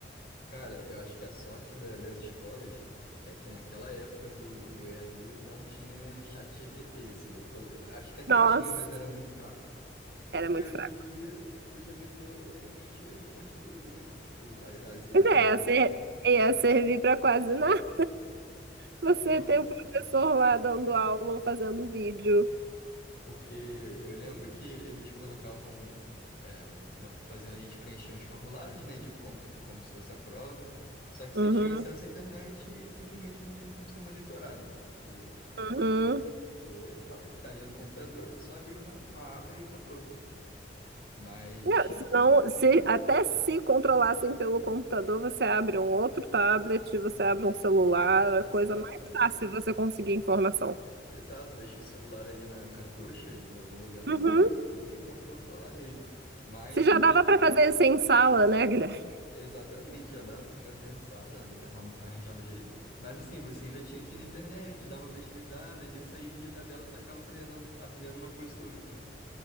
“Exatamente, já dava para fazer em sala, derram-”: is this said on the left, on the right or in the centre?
Left